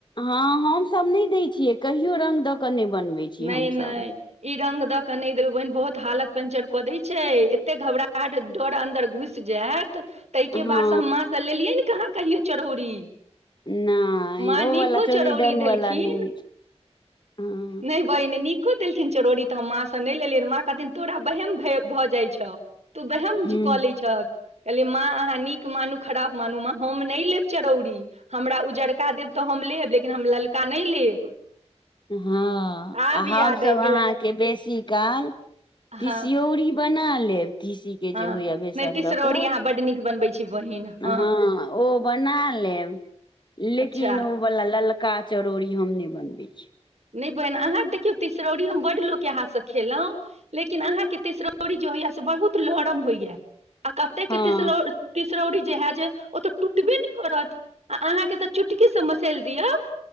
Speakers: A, on the left; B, on the right.
A: हाॅं हम सब नय दय छियै कहियो रंग द क नर बनबै। छियै
B: नय
A: हमसभ
B: नय ई रंग द क नै देल बहिन बहुत हालत पेंचर क देय छै एते घबराट डर अन्दर घुइस। से जैत ताइके
A: हँ
B: बाद स हम माँ सँ लेलियै ने कहाँ कहियौ चरौरी।
A: नहि
B: माँ
A: ओ
B: निको
A: वाला चोरी
B: चिरौरी
A: रंग
B: देलखिन।
A: वाला नहि होइ छै हँ
B: नय बहिन निको देलखिन चिरौरी तऽ हम माँसँ नै लेलियै माँ कहथिन तोरा बेहेम भे भऽ जाइछौ। तु बेहेम
A: हूँ
B: ज कलै छ। कहलियै माँ अहाँ निक मानु खराब मानू माँ हम नय लेब चरौरी। हमरा उजरका देब तऽ हम लेब लेकिन हम ललका नय लेब।
A: हाॅं
B: आब
A: आ हमसब
B: याद आबि
A: अहाँके
B: गेलै
A: बेसी काल
B: हँ
A: तिसयोरी। बना लेब तिसी के
B: हँ
A: जे होइया बेसन
B: नहि तिसरौरी
A: द क।
B: अहाँ बड्ड निक बनबै छै बहिन। हँ
A: हाॅं ओ बना लेब लेकिन
B: अच्छा
A: उ। बला ललका चरौरी हम नय बनबे छी।
B: नय बहिन अहाँ देखियौ तिसरौरी हम बड्ड लोक के हाथ सॅं खेलौं। लेकिन अहाँके तिसरौरी जे होइया से बहुत लरम होइया। आ कते
A: हँ
B: के तिसरौ तीसरौरी जे है जे ओ तऽ टुटबे ने करत। आ अहाँके तऽ चुटकीसँ मसैल दियौ।